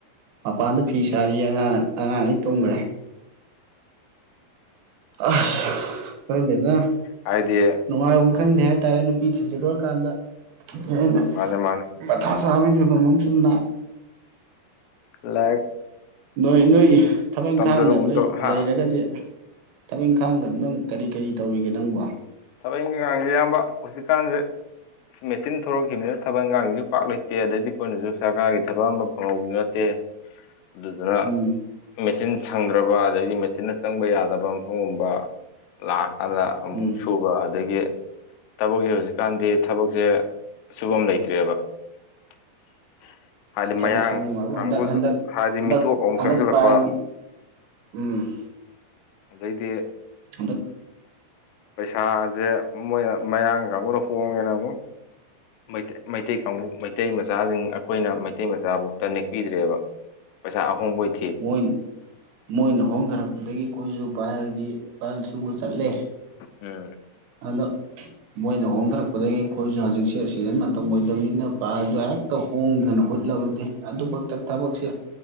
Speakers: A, on the right; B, on the left.
A: ꯃꯄꯥꯟꯗ ꯐꯤ ꯁꯥꯔꯤꯌꯦ ꯑꯉꯥꯡ ꯑꯉꯥꯡꯉꯩ ꯇꯨꯝꯒ꯭ꯔꯦ ꯑꯁ ꯈꯪꯗꯦꯗ
B: ꯍꯥꯏꯗꯤ
A: ꯅꯨꯡꯉꯥꯏꯕꯝ ꯈꯪꯗꯦ ꯍꯥꯏꯇꯥꯔꯦ ꯅꯨꯄꯤ ꯊꯤꯖꯤꯜꯂꯨꯔꯀꯥꯟꯗ ꯍꯦꯟꯅ
B: ꯃꯥꯅꯦ ꯃꯥꯅꯦ
A: ꯃꯊꯥ ꯁꯥꯕꯩ ꯐꯤꯕꯝ ꯑꯃ ꯁꯨꯝ ꯂꯥꯛꯑꯦ
B: ꯂꯥꯢꯔꯤꯛ
A: ꯅꯣꯏ ꯅꯣꯏ ꯊꯕꯛ ꯏꯪꯈꯥꯡꯒ
B: ꯇꯝꯖꯔꯒꯨꯝ
A: ꯅꯣꯏ
B: ꯇꯧ ꯍꯥ
A: ꯂꯩꯔꯒꯗꯤ ꯊꯕꯛ ꯏꯪꯈꯥꯡꯒ ꯅꯪ ꯀꯔꯤ ꯀꯔꯤ ꯇꯧꯔꯤꯒꯦ ꯅꯪꯕꯣ
B: ꯊꯕꯛ ꯏꯪꯈꯥꯡꯁꯦ ꯑꯌꯥꯝꯕ ꯍꯧꯖꯤꯛꯀꯥꯟꯁꯦ ꯃꯦꯆꯤꯟ ꯊꯣꯂꯛꯈꯤꯕꯅꯤꯅ ꯊꯕꯛ ꯏꯪꯈꯥꯡꯒꯤꯁꯨ ꯄꯥꯛ ꯂꯩꯇꯦ ꯑꯗꯩꯗꯤ ꯑꯩꯈꯣꯏꯅꯁꯨ ꯁꯔꯀꯥꯔꯒꯤ ꯊꯕꯛ ꯑꯃ ꯉꯧꯕꯤꯁꯨ ꯅꯠꯇꯦ ꯑꯗꯨꯗꯨꯅ
A: ꯎꯝ
B: ꯃꯦꯆꯤꯟ ꯁꯪꯗ꯭ꯔꯕ ꯑꯗꯩꯗꯤ ꯃꯦꯆꯤꯟꯅ ꯆꯪꯕ ꯌꯥꯗꯕ ꯃꯐꯝꯒꯨꯝꯕ ꯂꯥꯛꯑꯀꯥꯟꯗ ꯑꯃꯨꯛ
A: ꯎꯝ
B: ꯁꯨꯕ ꯑꯗꯒꯤ ꯊꯕꯛꯁꯦ ꯍꯧꯖꯤꯛꯀꯥꯟꯗꯤ ꯊꯕꯛꯁꯦ ꯁꯨꯐꯝ ꯂꯩꯇ꯭ꯔꯦꯕ <unintelligible> ꯍꯥꯏꯗꯤ
A: ꯑꯁ ꯊꯕꯛ
B: ꯃꯌꯥꯡ
A: ꯁꯨꯕ ꯅꯨꯡꯉꯥꯏꯕꯨ
B: ꯀꯥꯡꯒꯨꯁꯨ
A: ꯍꯟꯗꯛ ꯍꯟꯗꯛ
B: ꯍꯥꯏꯗꯤ
A: ꯍꯟꯗꯛ
B: ꯃꯤꯇꯣꯞ ꯑꯃꯣꯛ
A: ꯍꯟꯗꯛ
B: ꯆꯪꯁꯤꯜꯂꯛꯄ
A: ꯄꯥꯏꯔꯗꯤ ꯎꯝ
B: ꯑꯗꯩꯗꯤ
A: ꯍꯟꯗꯛ
B: ꯄꯩꯁꯥꯁꯦ ꯃꯣꯏ ꯃꯌꯥꯡ ꯀꯥꯡꯕꯨꯅ ꯍꯣꯡꯉꯦꯅ ꯑꯃꯨꯛ ꯃꯩꯇꯩ ꯃꯩꯇꯩ ꯀꯥꯡꯕꯨ ꯃꯩꯇꯩ ꯃꯆꯥꯁꯤꯡ ꯑꯩꯈꯣꯏꯅ ꯃꯩꯇꯩ ꯃꯆꯥꯕꯨ ꯅꯦꯛꯄꯤꯗ꯭ꯔꯦꯕ ꯄꯩꯁꯥ ꯑꯍꯣꯡꯕ ꯑꯣꯏ
A: ꯃꯣꯏ ꯃꯣꯏꯅ ꯍꯣꯡꯊꯔꯛꯄꯗꯒꯤ ꯑꯩꯈꯣꯏꯁꯨ ꯄꯥꯏꯜꯒꯤ ꯄꯥꯏꯜ ꯁꯨꯕ ꯆꯠꯂꯦ
B: ꯎꯝ
A: ꯑꯗ ꯃꯣꯏꯅ ꯍꯣꯡꯊꯔꯛꯄꯗꯒꯤ ꯑꯩꯈꯣꯏꯁꯨ ꯍꯧꯖꯤꯛꯁꯦ ꯑꯁꯤ ꯁꯤꯖꯟ ꯃꯇꯝ ꯑꯣꯏꯗꯕꯅꯤꯅ ꯄꯥꯢꯗꯣ ꯍꯦꯛꯇ ꯍꯣꯡꯗꯅ ꯍꯨꯠꯂꯕꯗꯤ ꯑꯗꯨꯕꯥꯎꯇ ꯊꯕꯛꯁꯦ